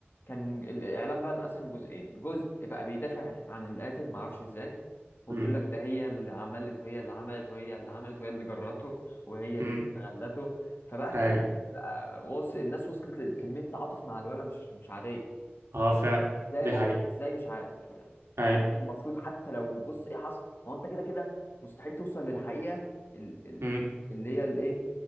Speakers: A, on the left; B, on the right.
A: كان الاعلام بقى انقسم جزئين جزء بقى بيدافع عن القاتل ما اعرفش ازاي وبيقول
B: امم
A: لك ده هي اللي عملت وهي اللي عملت وهي اللي عملت وهي اللي جرته وهي اللي
B: امم
A: استغلته فبقى تحس
B: ايوه
A: بقى وص... الناس وصلت لكمية تعاطف مع الولا مش مش عادية
B: اه فعلا
A: ازاي
B: دي
A: يا عيني
B: حقيقة
A: ازاي مش عارف يعني مع
B: ايوه
A: إن المفروض حتى لو بص ايه حصل ما هو انت كده كده مستحيل توصل للحقيقه ال... ال...
B: امم
A: اللي هي الايه